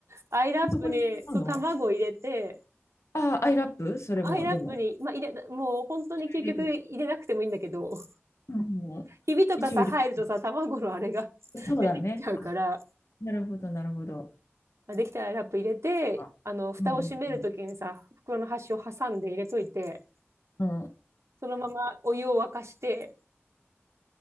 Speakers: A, on the right; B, on the left.
A: アイラップに、
B: あそこに来たの
A: そう、卵を入れて、
B: あ、アイラップそれも、
A: アイラップに、
B: でも。
A: まあ、入れ、もう本当に究極入れなくてもいいんだけど、
B: 入れる。うんうんうん。
A: ひびとかさ、
B: 一応入れる。
A: 入るとさ、卵のあれが <laughs>
B: そうだね。
A: 出てきちゃうから、
B: あ、なるほど、なるほど。
A: まあ、できたらラップ入れて、
B: あ、
A: あの、蓋を閉めるときにさ、
B: うんうん
A: 袋の端を挟んで入れといて、
B: うん。うん
A: そのままお湯を沸かして、